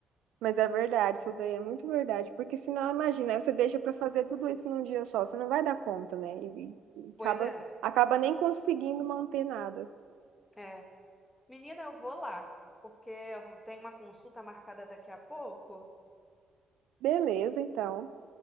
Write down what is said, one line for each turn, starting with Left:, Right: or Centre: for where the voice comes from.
Right: Mas é verdade, isso daí é muito verdade. Porque senão, imagina, aí você deixa pra fazer tudo isso num dia só, você não vai dar conta, né? E, e e
Left: Pois
Right: acaba,
Left: é,
Right: acaba nem conseguindo manter nada.
Left: é. Menina, eu vou lá, porque eu tenho uma consulta marcada daqui a pouco.
Right: Beleza,
Left: E
Right: então.